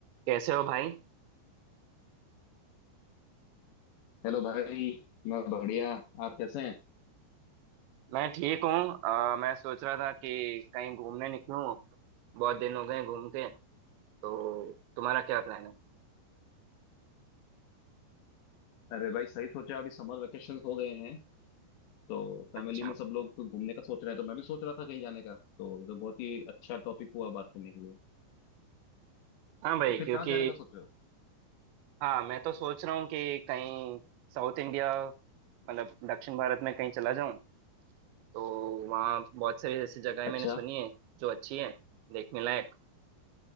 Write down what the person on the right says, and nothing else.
कैसे हो भाई
मैं ठीक हूँ अ, मैं सोच रहा था कि कहीं घूमने निकलूं बहुत दिन हो गए घूम के तो तुम्हारा क्या प्लान है
अच्छा
हाँ भाई
क्योंकि
हाँ मैं तो सोच रहा हूँ कि कहीं साउथ इंडिया मतलब दक्षिण भारत में कहीं चला जाऊँ तो वहाँ बहुत सारी ऐसी जगहें
मैंने सुनी है जो अच्छी है देखने लायक